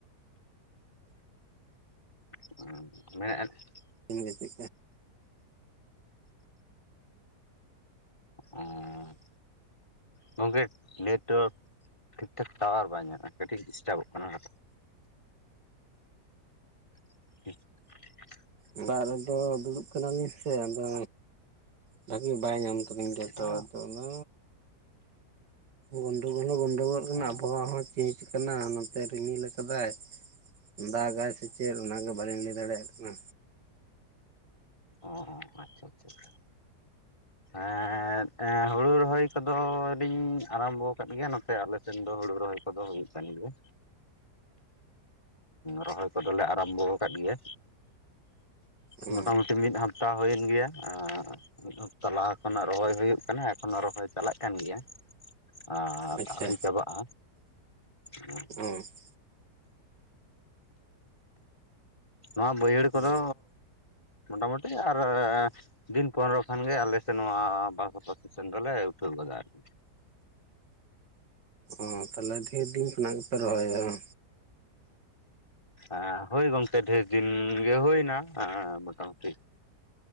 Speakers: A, on the left; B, on the right.
A: <unintelligible>
B: <unintelligible>
A: ᱚᱸᱻ ᱜᱚᱝᱠᱮ ᱱᱤᱱᱚᱜ ᱴᱷᱤᱠ ᱴᱷᱟᱠ ᱴᱟᱣᱟᱨ ᱵᱟᱭ ᱧᱟᱢᱚᱜᱼᱟ ᱠᱟᱹᱴᱤᱡ ᱰᱤᱥᱴᱟᱵᱚᱜ ᱠᱟᱱᱟ ᱦᱟᱸᱜ <unintelligible>
B: ᱚᱲᱟᱜ ᱨᱮᱫᱚ ᱫᱩᱲᱩᱵ ᱠᱟᱱᱟᱞᱤᱧ ᱥᱮ ᱟᱫᱚ ᱵᱷᱟᱜᱤ ᱵᱟᱭ ᱧᱟᱢ <unintelligible> ᱜᱮᱴᱟᱣᱟ
A: ᱮᱸ ᱚ
B: ᱛᱚ ᱚᱱᱟ ᱜᱚᱱᱰᱩᱜᱚᱜ ᱦᱚᱞ ᱜᱚᱸᱰᱩᱜᱚᱜ ᱠᱟᱱᱟ
A: ᱚ
B: ᱟᱵᱚᱦᱟᱣᱟ ᱦᱚᱸ ᱪᱤᱡᱽ ᱟᱠᱟᱱᱟ ᱛᱮ ᱨᱤᱢᱤᱞ ᱟᱠᱟᱫᱟᱭ ᱫᱟᱜᱟᱭ ᱥᱮ ᱪᱮᱫ ᱚᱱᱟᱜᱮ ᱵᱟᱟᱹᱞᱤᱧ ᱞᱟᱹᱭ ᱫᱟᱲᱮᱭᱟᱜ ᱠᱟᱱᱟ
A: ᱚᱸ ᱟᱪᱷᱟ ᱟᱪᱷᱟ ᱟᱷᱟ ᱮᱺᱻ ᱮᱸᱻ ᱦᱩᱲᱩ ᱨᱚᱦᱚᱭ ᱠᱚᱫᱚᱞᱤᱧ ᱟᱨᱟᱢᱵᱚ ᱟᱠᱟᱫ ᱜᱮᱭᱟ ᱱᱚᱛᱮ ᱟᱞᱮ ᱛᱮᱦᱮᱱ ᱫᱚ ᱦᱩᱲᱩ ᱨᱚᱦᱚᱭ ᱠᱚᱫᱚ ᱦᱩᱭᱩᱜ ᱠᱟᱱ ᱜᱮᱭᱟ ᱨᱚᱦᱚᱭ ᱠᱚᱫᱚᱞᱮ ᱟᱨᱟᱢᱵᱷᱚ ᱟᱠᱟᱫ ᱜᱮᱭᱟ
B: ᱚ
A: ᱢᱚᱴᱟᱢᱩᱴᱤ ᱢᱤᱫ ᱦᱟᱯᱛᱟ ᱦᱩᱭᱮᱱ ᱜᱮᱭᱟ, ᱟᱸᱻ ᱢᱤᱫ ᱛᱟᱞᱟᱦᱟ ᱠᱷᱚᱱᱟᱜ ᱨᱚᱦᱚᱭ ᱦᱩᱭᱩᱜ ᱠᱟᱱᱟ ᱮᱠᱷᱚᱱᱳ ᱨᱚᱦᱚᱭ ᱪᱟᱞᱟᱜ ᱠᱟᱱ ᱜᱮᱭᱟ ᱟᱨ
B: ᱟᱪᱪᱷᱟ
A: ᱟᱣᱨᱤ ᱪᱟᱵᱟᱜᱼᱟ ᱦᱩᱸ
B: <unintelligible>
A: ᱱᱚᱣᱟ ᱵᱟᱹᱭᱦᱟᱹᱲ ᱠᱚᱫᱚ
B: ᱚ
A: ᱢᱚᱴᱟᱢᱩᱴᱤ ᱟᱨ ᱫᱤᱱ ᱯᱚᱱᱨᱚ ᱠᱷᱚᱱᱜᱮ ᱟᱞᱮᱮᱥᱮᱫ ᱱᱚᱣᱟ ᱵᱟᱥᱟᱯᱟᱥ ᱥᱮᱱ ᱫᱚᱞᱮ ᱩᱴᱷᱟᱹᱣ ᱜᱟ ᱟᱨᱠᱤ
B: ᱟ ᱛᱟᱦᱚᱞᱮ ᱰᱷᱮᱨ ᱫᱤᱱ ᱠᱷᱚᱱᱟᱜ ᱜᱮᱯᱮ ᱨᱚᱦᱚᱭᱮᱫ
A: ᱮᱸ ᱦᱳᱭ ᱜᱚᱝᱠᱮ ᱰᱷᱮᱨ ᱫᱤᱱ ᱜᱮ ᱦᱩᱭᱱᱟ ᱮᱸ ᱢᱚᱴᱟᱢᱩᱴᱤ